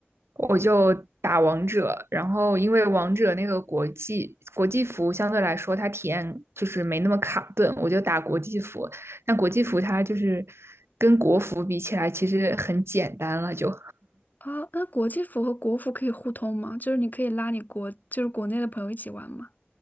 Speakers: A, on the right; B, on the left.
A: 我就打王者。然后因为王者那个国际国际服相对来说，它体验就是没那么卡顿，我就打国际服。但国际服它就是跟国服比起来，其实很简单了就。
B: 啊。那国际服和国服可以互通吗？就是你可以拉你国，就是国内的朋友一起玩吗？